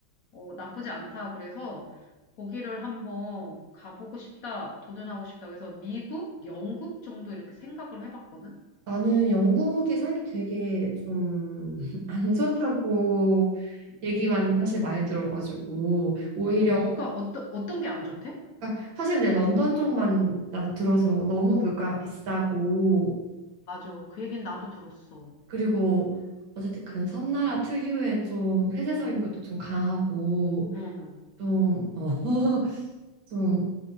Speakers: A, on the left; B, on the right.
A: 어, 나쁘지 않다. 그래서 거기를 한번 가보고 싶다. 도전하고 싶다. 그래서 미국, 영국 정도 이렇게 생각을 해봤거든?
B: 나는 영국이 살기 되게 좀 안 <laughs> 좋다고
A: 음.
B: 얘기만 사실 많이 들어가지고 오히려
A: 뭐, 뭐가, 어떤, 어떤 게 안 좋대?
B: 그러니까 사실 내 런던 쪽만 나는 들어서 너무 물가가 비싸고
A: 맞아. 그 얘기는 나도 들었어.
B: 그리고 어쨌든 그 섬나라 특유의 좀 폐쇄적인 것도 좀 강하고
A: 응,
B: 좀, 어, <laughs> 좀